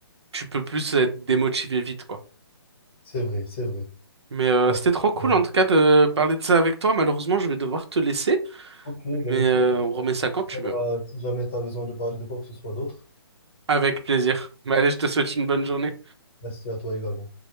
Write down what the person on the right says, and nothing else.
tu peux plus être démotivé vite, quoi.
Mais euh,
c'était
trop cool
en tout cas de parler de ça avec toi. Malheureusement, je vais devoir te laisser,
mais
euh,
on remet ça quand tu
veux.
Avec plaisir. Mais allez, je te souhaite une bonne journée.